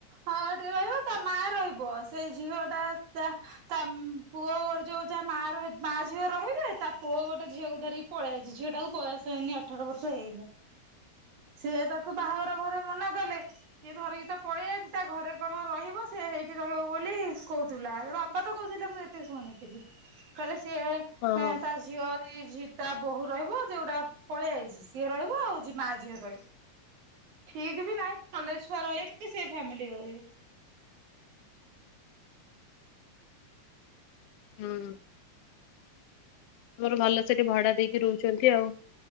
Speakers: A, on the right; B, on the left.
A: ଅ ଟିରେ ରହିବ ତା ମା ରହିବ ସେଇ ଝିଅ ଟା ତା ତା ପୁଅ ଗୋ ଯୋଉ ଯାହା ମା ରହି ମା ଝିଅ ରହିବେ ତା ପୁଅ ଗୋଟେ ଝିଅକୁ ଧରିକି ପଳେଇଆଇଚି ଝିଅଟାକୁ ବୟସ ହେଇନି ଅଠର ବର୍ଷ ହେଇନି। ସିଏ ତାକୁ ବାହାଘର ଘରେ ମନା କଲେ। ସିଏ ଧରିକି ତ ପଳେଇ ଆଇଚି ତା ଘରେ କଣ ରହିବ ସେ ହେଇଠି ରହିବ ବୋଲି କହୁଥିଲା ବାପା ତ କହୁଥିଲେ ମୁଁ ଟିକେ ଶୁଣିଥିଲି କହିଲେ ସିଏ
B: ହଁ ହଁ।
A: ତା ଝୀ ଝିଅ ଦି ଝିଅ ତା ବୋହୂ ରହିବ ଯଉଟା ପଳେଇ ଆଇଛି ସିଏ ରହିବ ଆଉ ଝୀ ମା ଝିଅ ରହିବେ। ଠିକ୍ ବି ନାହିଁ କଲେଜ ଛୁଆ ରହିବେ କି ସେ ଫ୍ୟାମିଲି ରହିବେ।
B: ହୁଁ। ତମର ଭଲ ସେଠି ଭଡା ଦେଇକି ରହୁଛନ୍ତି ଆଉ।